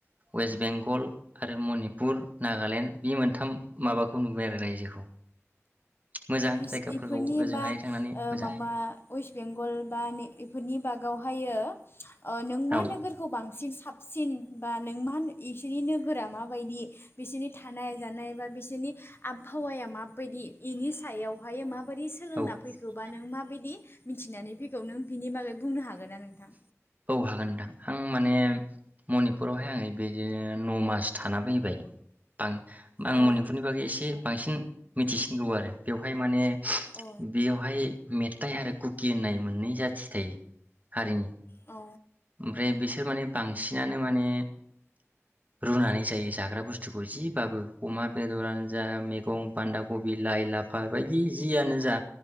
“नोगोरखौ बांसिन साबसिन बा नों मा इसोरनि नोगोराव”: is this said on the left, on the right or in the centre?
Left